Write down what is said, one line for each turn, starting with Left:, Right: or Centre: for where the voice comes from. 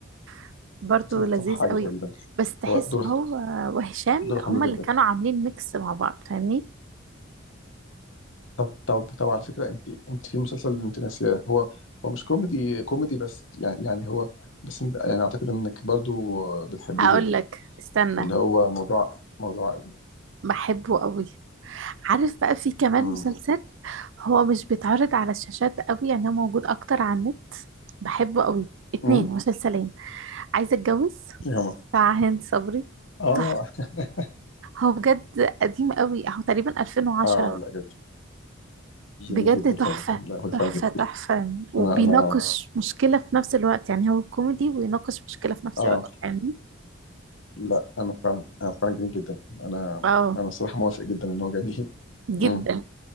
Right: <laughs> برضه
Left: اسمه مصطفى
Right: لذيذ
Left: حاجه
Right: قوي
Left: تقريبا
Right: بس تحس
Left: هو دوره
Right: ان هو وهشام
Left: دوره حلو
Right: هما
Left: جدا
Right: اللي كانوا عاملين ميكس مع بعض فاهمني
Left: طب طب طب على فكرة انت انت في مسلسل انت ناسياه هو هو مش كوميدي كوميدي بس يعني يعني هو بس انت يعني اعتقد انك برضو بتحبيه
Right: هقول
Left: جدا
Right: لك استنى
Left: اللي هو موضوع موضوع عائلي
Right: بحبه قوي عارف بقى في كمان
Left: امم
Right: مسلسل هو مش بيتعرض على الشاشات قوي يعني هو موجود اكتر على النت بحبه قوي اتنين
Left: امم
Right: مسلسلين عايزه اتجوز
Left: ايه هما
Right: بتاع هند صبري
Left: اه
Right: تحفة
Left: <laughs>
Right: هو بجد قديم قوي هو تقريبا 2010
Left: اه لا جميل جميل
Right: بجد
Left: جدا
Right: تحفة
Left: فعلا لا هو فعلا
Right: تحفة
Left: جميل
Right: تحفة وبيناقش
Left: انا انا
Right: مشكلة في نفس الوقت يعني هو كوميدي ويناقش مشكلة في نفس
Left: اه
Right: الوقت يعني
Left: لا انا فعلا انا فعلا جميل جدا انا
Right: اه
Left: انا الصراحة موافق جدا ان هو جميل
Right: جدا
Left: امم